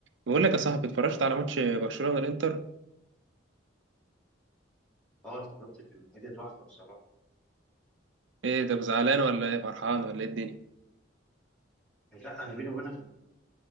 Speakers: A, on the right; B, in the centre.
A: بقول لك يا صاحبي اتفرجت على ماتش برشلونة الانتر
B: اه اتفرجت كان حاجه تحفه بصراحه
A: ايه ده زعلان ولا ايه فرحان ولا ايه الدنيا
B: لا انا بيني وبينك انا